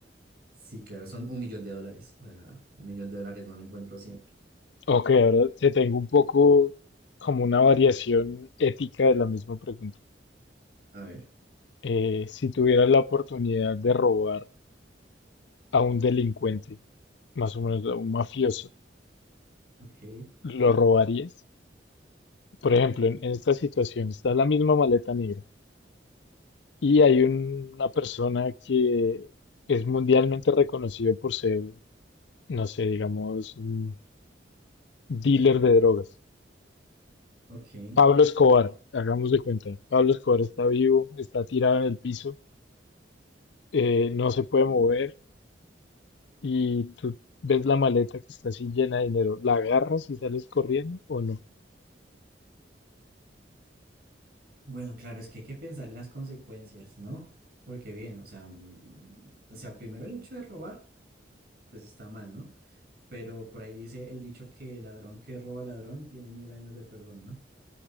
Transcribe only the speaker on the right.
Sí, claro, son un millón de dólares. O sea, un millón de dólares no lo encuentro siempre.
A ver,
ok,
ok.
Bueno, claro, es que hay que pensar las consecuencias, ¿no? Porque bien, o sea, mm, o sea, primero el hecho de robar, pues está mal, ¿no? Pero por ahí dice el dicho que el ladrón que roba ladrón tiene mil años de perdón, ¿no?